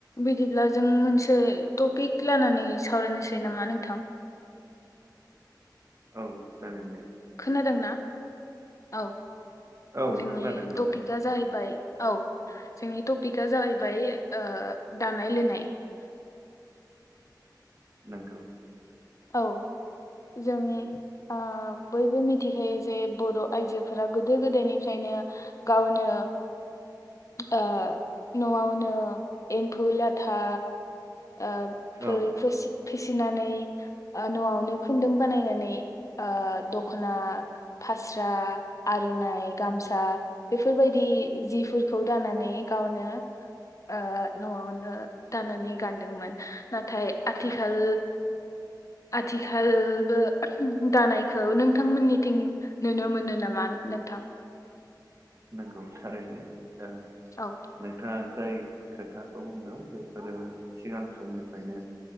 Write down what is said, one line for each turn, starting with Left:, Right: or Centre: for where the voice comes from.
Left: बिदिब्ला जों मोनसे टपिक लानानै सावरायनोसै नामा नोंथां
Right: औ जागोन दे
Left: खोनादोंना औ
Right: औ
Left: जोंनि
Right: खोनादों नोंथां
Left: टपिकआ जाहैबाय औ जोंनि टपिकआ जाहैबाय दानाय लुनाय
Right: नोंगौ
Left: औ जों ओ बयबो मिथिखायो जे बर' आइजोफोरा गोदो गोदायनिफ्रायनो गावनो ओ न'आवनो एम्फौ लाथा ओ बो
Right: औ
Left: फोसि फिसिनानै ओ न'आवनो खुन्दुं बानायनानै ओ दखना फास्रा आर'नाइ गामसा बेफोरबायदि जिफोरखौ दाना नै गावनो ओ न'आवनो दानानै गानदोंमोन नाथाय आथिखाल आथिखालबो दानायखौ नोंथांमोननिथिं नुनो मोनो नामा नोंथां
Right: नंगौ थारैनो
Left: औ
Right: नोंथाङा जाय खोथाखौ बुंदों बेफोरो सिगां समनिफ्रायनो